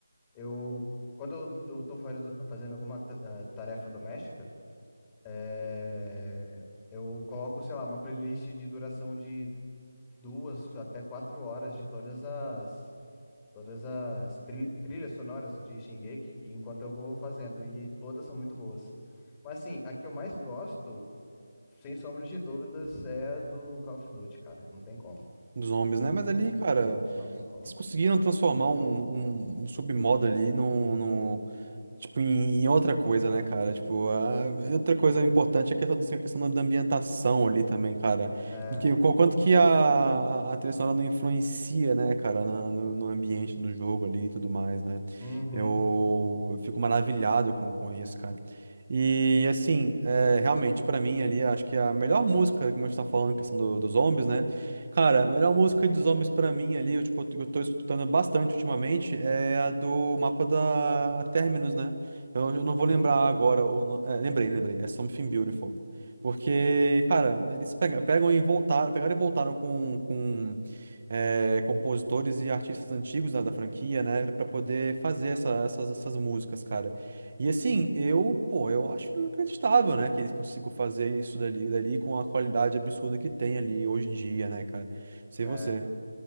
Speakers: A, on the left; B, on the right.
A: Eu, quando eu, eu tô faz- fazendo alguma ta- eh, tarefa doméstica, é, eu coloco, sei lá, uma playlist de duração de duas até quatro horas de todas as, todas as tri- trilhas sonoras de Shingeki, enquanto eu vou fazendo, e todas são muito boas. Mas assim, a que eu mais gosto sem sombra de dúvidas, é a do Call of Duty, cara. Não tem como.
B: Dos zombies, né? Mas ali, cara,
A: Dos zombies, não tem como.
B: eles conseguiram transformar um, um, um submodo ali num, num, Tipo, em, em outra coisa, né, cara? Tipo, a, outra coisa importante é a questão, do- a questão da ambientação ali também, cara.
A: É, é,
B: De que, qu- quanto que a, a, a trilha sonora não influencia, né, cara, na- no, no ambiente do jogo ali e tudo mais, né?
A: uhum,
B: Eu, eu fico maravilhado com, com isso, cara. E, assim, é, realmente, pra mim ali, acho que a melhor música, como a gente tá falando, questão do, dos zombies, né? Cara, a melhor música dos homens pra mim ali, eu, tipo, eu tô escutando bastante ultimamente, é a do mapa da Terminus, né? Eu, eu não vou
A: uhum,
B: lembrar agora, o no- é, lembrei, lembrei, é Something Beautiful. Porque, cara, eles pega- pegam e voltaram, pegaram e voltaram com, com é, compositores e artistas antigos, né, da franquia, né, pra poder fazer essa- essas, essas músicas, cara. E assim, eu, pô, eu acho inacreditável, né, que eles consigam fazer isso dali, dali com a qualidade absurda que tem ali hoje em dia, né, cara? Sei
A: é.
B: você.